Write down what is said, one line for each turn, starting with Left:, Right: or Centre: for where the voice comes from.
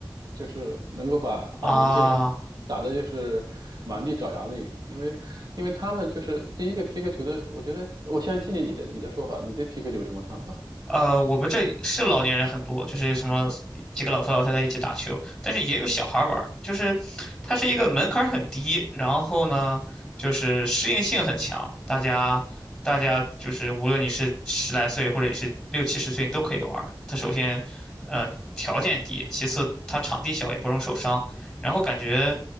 Right: 就是能够把把年轻人打的就是满地找牙那一种，
Centre: 啊。
Right: 因为因为他们就是第一个皮克球的，我觉得我先听听你的你的说法，你对皮克球有什么看法？
Centre: 呃，我们这是老年人很多，就是什么几个老头老太太一起打球，但是也有小孩儿玩儿就是它是一个门槛儿很低，然后呢，就是适应性很强，大家大家就是无论你是十来岁或者你是六七十岁，你都可以玩儿它首先，呃，条件低，其次它场地小，也不容受伤，然后感觉